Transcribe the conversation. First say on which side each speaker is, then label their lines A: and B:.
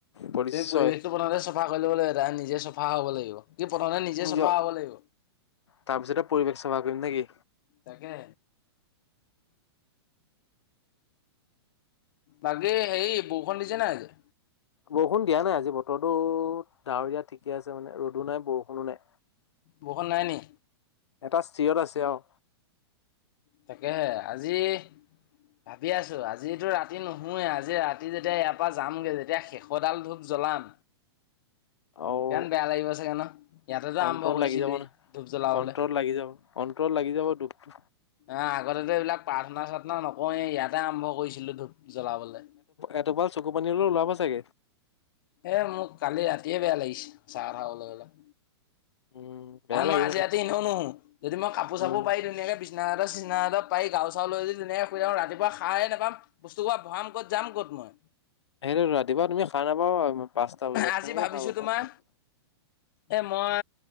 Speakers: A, on the left; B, on the left.
A: পৰিচয়
B: তুমি পৰিৱেশটো বনতে চফা কৰিব লাগিব নিজে চাফা হ'ব লাগিব। কি প্ৰথমে নিজে
A: নিজৰ
B: চাফা হব লাগিব।
A: তাৰপিছতে পৰিৱেশ সেৱা কৰিম নেকি।
B: তাকে। বাকে হেৰি বৰষু দিছে নাই যে
A: বৰষুণ দিয়া নাই আজি বতৰটো ডাৱৰ দিয়া ঠিকে আছে মানে ৰ'দো নাই বৰষুণো নাই।
B: বৰষুণ নাই নি?
A: এটা স্থিৰত আছে আৰু।
B: তাকেহে আজি। ভাবি আছো আজিতো ৰাতি নুশয়ে আজি ৰাতি যেতিয়া ইয়াৰ পৰা যামগে যেতিয়া শেষডাল ধোক চলাম।
A: আৰু
B: ইমান বেয়া লাগিব চাগে ন ইয়াতেটো
A: অন্তৰত
B: আৰম্ভ কৰিছিলো
A: লাগি যাব ন
B: ধূপ জ্বলাবলৈ।
A: অন্তৰত লাগি যাব অন্তৰত লাগি যাব দুখটো
B: আহ আগতে এইবিলাক প্ৰাৰ্থনা চাৰ্থনা নকওঁ ইয়াতে আৰম্ভ কৰিছিলো ধূপ জ্বলাবলৈ।
A: এটোপাল চকু পানী হলেও ওলাব চাগে।
B: এ মোৰ কালি ৰাতিয়ে বেয়া লাগিছে সঁচা কথা কবলৈ গ'লে
A: উম বেয়া
B: কাৰণ মই
A: লাগিব
B: আজি
A: দে
B: ৰাতি এনেও নুশু যদি মই কাপোৰ
A: উম
B: চাপোৰ পাৰি ধুনীয়াকে বিচনাচাদৰ চিচনাচাদৰ পাৰি গাৰো চাৰু লৈ যদি ধুনীয়াকৈ শুই থাকোঁ ৰাতিপুৱা সাৰে নাপাম, বস্তু সোপা ভৰাম ক'ত যাম ক'ত মই।
A: সেইটোৱেটো ৰাতিপুৱা তুমি সাৰ নাপাবা ন পাঁচটা বজাত
B: আজি
A: কেনেকে
B: ভাবিছো
A: সাৰ পাবা।
B: তোমাৰ এ মই